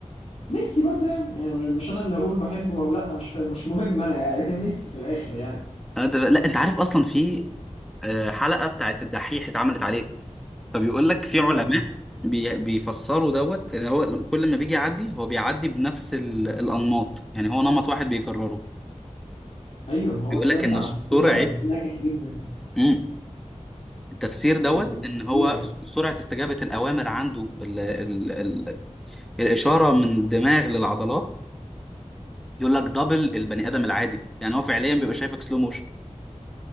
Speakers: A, on the left; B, in the centre.
A: ميسي برضه يعني يعني مش انا اللي هقول بحبه او لا مش فاهم مش مهم انا يعني <laughs> ميسي في الاخر يعني
B: انت لا انت عارف اصلا في آه، حلقه بتاعت الدحيح اتعملت عليه فبيقول لك في
A: لا
B: علماء بي... بيفسروا دوت ان هو كل ما بيجي يعدي هو بيعدي بنفس ال... الانماط يعني هو نمط واحد بيكرره
A: ايوه ما هو
B: بيقول
A: بجد
B: لك ان
A: عشان
B: سرعه
A: كده ناجح جدا
B: امم التفسير دوت
A: يعني
B: ان
A: مش
B: هو
A: طبيعي
B: سرعه استجابه الاوامر عنده ال... ال... ال... الاشاره من الدماغ للعضلات يقول لك دبل البني ادم العادي يعني هو فعليا بيبقى شايفك سلو موشن